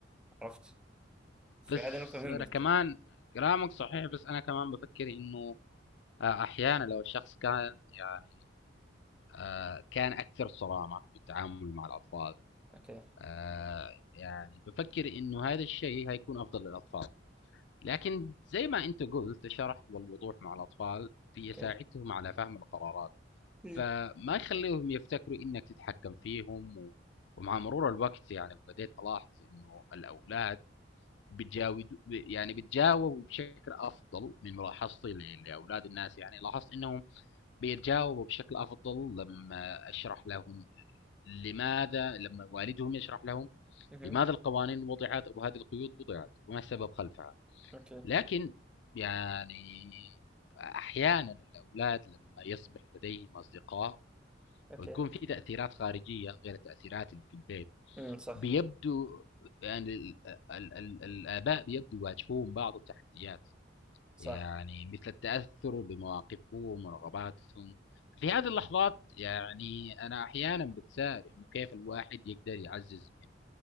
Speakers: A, in the centre; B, on the left.
A: عرفت؟ فهذه
B: بس
A: نقطة مهمة
B: أنا
A: جدا
B: كمان كلامك صحيح بس أنا كمان بفكر إنه آه، أحيانا لو الشخص كان يعني آه كان اكثر صرامه في التعامل مع الاطفال
A: أوكي
B: آه يعني بفكر انه هذا الشيء هيكون افضل للاطفال لكن زي ما انت قلت الشرح والوضوح مع الاطفال بيساعدهم
A: أوكي
B: على فهم القرارات
A: مم.
B: فما يخليهم يفتكروا انك تتحكم فيهم و... ومع مرور الوقت يعني بديت الاحظ انه الاولاد بتجاود يعني بتجاوبوا بشكل افضل من ملاحظتي ل- لاولاد الناس يعني لاحظت انهم بيتجاوبوا بشكل افضل لما اشرح لهم لماذا لما والدهم يشرح لهم
A: مهم.
B: لماذا القوانين وضعت وهذه القيود وضعت وما السبب خلفها
A: اوكي
B: لكن يعني احيانا الاولاد لما يصبح لديهم اصدقاء
A: اوكي
B: ويكون في تاثيرات خارجيه غير التاثيرات اللي في البيت
A: امم صح
B: بيبدو يعني ال- ال- ال- الاباء بيبدو يواجهون بعض التحديات
A: صح
B: يعني مثل التأثر بمواقفهم ورغباتهم في هذه اللحظات يعني أنا أحيانا بتساءل إنه كيف الواحد يقدر يعزز من